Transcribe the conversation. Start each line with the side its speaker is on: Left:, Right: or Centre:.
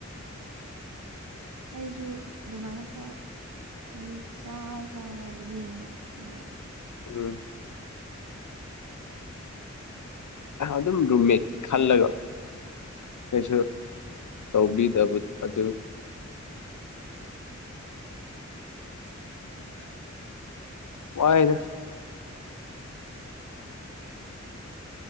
Right: ꯑꯩꯁꯨ ꯑꯗꯨꯃꯥꯏꯅ ꯈꯔ ꯍꯥꯏꯗꯤ ꯆꯥꯔꯒ ꯌꯦꯡꯕꯗ <unintelligible>
Left: ꯎꯝ ꯑꯗꯨꯝ ꯔꯨꯝꯃꯦꯠ ꯈꯜꯂꯒ ꯀꯩꯁꯨ ꯇꯧꯕꯤꯗꯕ ꯑꯗꯨ ꯋꯥꯏꯗ